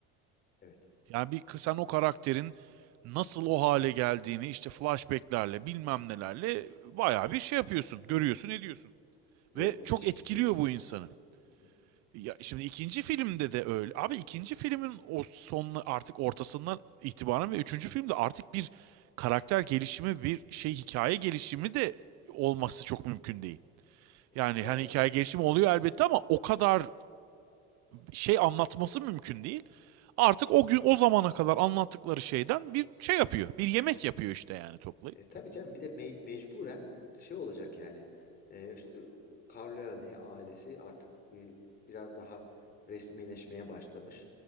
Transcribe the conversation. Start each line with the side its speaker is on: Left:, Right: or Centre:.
Left: <laughs> Evet.
Right: Yani bir sen o karakterin nasıl o hale geldiğini işte flashbacklerle bilmem nelerle bayağı bir şey yapıyorsun, görüyorsun, ediyorsun.
Left: Yo
Right: Ve
Left: müthiş
Right: çok etkiliyor
Left: bir dönüşüm
Right: bu insanı.
Left: var canım. Hı hı.
Right: Ya şimdi ikinci filmde de öyle. Abi ikinci filmin o son artık ortasından itibaren ve üçüncü filmde artık bir karakter gelişimi, bir şey hikaye gelişimi de olması çok mümkün değil. Yani
Left: Hı, Tabii
Right: hani
Left: tabii.
Right: hikaye gelişimi oluyor elbette ama o kadar şey anlatması mümkün değil. Artık o gün o zamana kadar anlattıkları şeyden bir şey yapıyor. Bir yemek yapıyor işte yani toplayıp.
Left: E, tabii canım bir de me- mecburen şey olacak yani. E, işte Corleone ailesi artık e, biraz daha resmileşmeye başlamış.